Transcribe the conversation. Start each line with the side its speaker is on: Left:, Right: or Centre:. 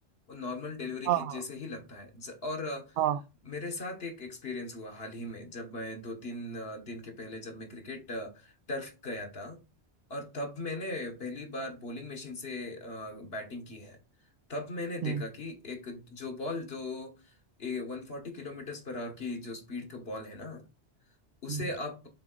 Left: वो नॉर्मल डिलीवरी
Right: हाँ
Left: के जैसे ही लगता है ज- और
Right: हाँ
Left: मेरे साथ एक एक्सपीरियंस हुआ हाल ही में जब मैं दो तीन अ, दिन के पहले जब मैं क्रिकेट अ, टर्फ गया था और तब मैंने पहली बार बॉलिंग मशीन से अ, बैटिंग की है तब मैंने देखा
Right: हम्म
Left: कि एक जो बॉल जो one forty kilometre per hour की जो स्पीड का बॉल है ना उसे
Right: हम्म।
Left: आप